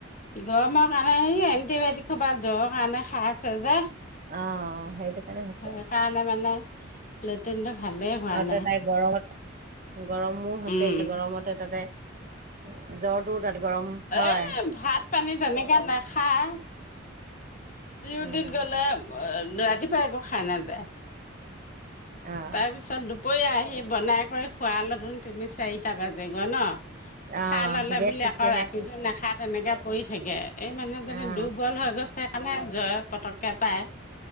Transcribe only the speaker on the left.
গৰমৰ কাৰণে সেই এণ্টিবায়টিক সোপা জ্বৰ কাৰণে খাই আছে যে
সেইকাৰণে মানে লেটিনটো ভালেই হোৱা
নাই।
উম
এই ভাত পানী তেনেকে নেখায়। ডিউটিত
গ'লে <unintelligible> ৰাতিপুৱা একো খাই নাযায়।
তাৰপিছত দুপৰীয়া আহি বনাই কৰি খোৱালেতোন তিনি চাৰিটা বাজেগৈ ন
খাই ল'লে
বুলি
আকৌ
ৰাতিটো নাখায় তেনেকে পৰি থাকে এই মানুহজনী
দুৰ্বল হৈ গৈছে কাণে জ্বৰে পতককে পায়।